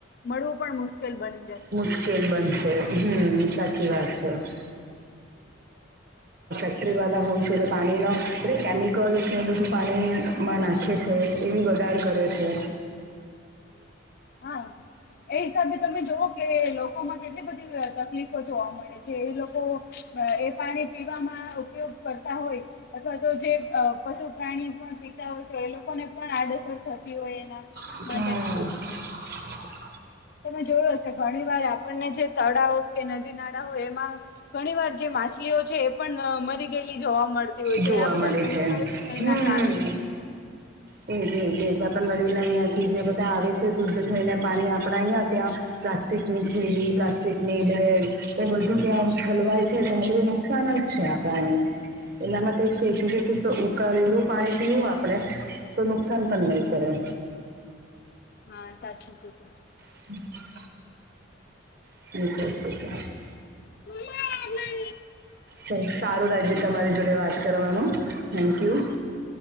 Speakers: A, on the left; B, on the right.
A: મળવું પણ મુશ્કેલ બને.
B: મુશ્કેલ બનશે. હમ સાચી વાત. <unintelligible> ફરીવાલા હોય છે, તે પાણીનો એટલે કેમિકલ્સને બધું પાણીમાં નાખે છે. એવી બગાડ કરે છે.
A: હા, એ હિસાબે તમે જોવઓ. કે લોકોમાં કેટલી બધી તકલીફો જોવા મળે છે એ લોકો એ પાણી પીવામાં ઉપયોગ કરતા હોય અથવા તો જે અ પશુ પ્રાણી પણ પીતા હોય તો એ લોકોને પણ આડઅસર થતી હોય એના
B: હા.
A: માટે તમે જોયું હશે ઘણી વાર આપણને જે તળાવ કે નદી નાળા હોય એમાં ઘણી વાર જે માછલીઓ છે એ પણ મરી ગયેલી જોવા મળતી હોય
B: જોવા
A: છે આ
B: મળે
A: બધા કેમિકલ્સ
B: છે
A: ને
B: હમ
A: એના કારણે
B: એજ એજ પણ નળીને અહિયાં થી જે બધા આવે છે શુદ્ધ થઈને પાણી આપડા અહિયાં ત્યાં પ્લાસ્ટિકની થેલી પ્લાસ્ટિકની બેગ એ બધું ત્યાં ઠલવાય છે તો હ નુકસાન જ છે પણ એલા માટે કેેશુગ સુુધ ઉકાળેલું પાણી પીવું આપડે તો નુકસાન પણ નહીં કરે
A: હા સાચી કીધું.
B: <inaudible> <inaudible>
A: <unintelligible>
B: પણ સારુ લાગ્યું તમારી જોડે વાત કરવાનું થેન્કયુ